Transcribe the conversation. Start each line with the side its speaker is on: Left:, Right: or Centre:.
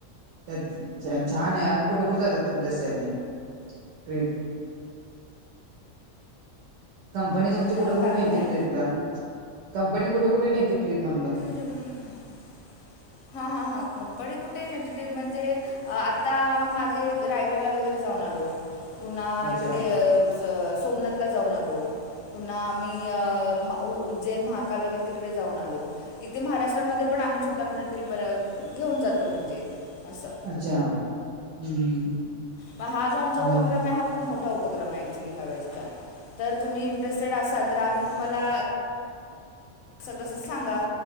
Right: चच छा छान आहे अजून कुठे-कुठे जातात तुमच्यासाठी ट्रिप? कंपनी तुमची
Left: हॅलो
Right: कुठे-कुठे
Left: काय बोलताय
Right: नेहती ट्रीपला कंपनी कुठे कुठे नेहते ट्रिप म्हणलं.
Left: <unintelligible> हा हा कंपनी कुठे नेहते ते म्हणजे आ आता आम्ही मागे रायगडला वगैरे जाऊन आलो. पुन्हा
Right: अच्छा
Left: इकडे अ स सोमनाथला जाऊन आलो. पुन्हा आम्ही अ मा उ उज्जैन महाकाल वगैरे ते कडे जाऊन आलो इथे महाराष्ट्रामध्ये पण आम्ही छोट्या मोठा ट्रीप र क घेऊन जातो म्हणजे असं.
Right: अच्छा हम्म.
Left: म हा जो आमचा उपक्रम
Right: जा-
Left: आहे हा खूप मोठा उपक्रम आहे. <unintelligible> ह्या वेळेस तर तुम्ही इंटरेस्टेड असाल तर आम्ही तुम्हाला असं कसं सांगा